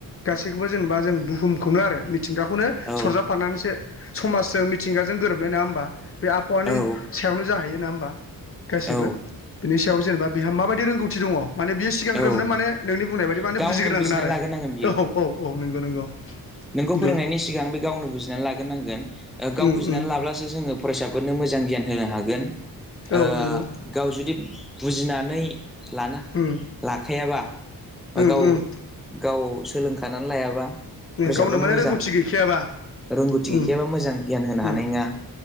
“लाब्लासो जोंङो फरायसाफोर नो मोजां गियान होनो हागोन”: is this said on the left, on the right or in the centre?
Centre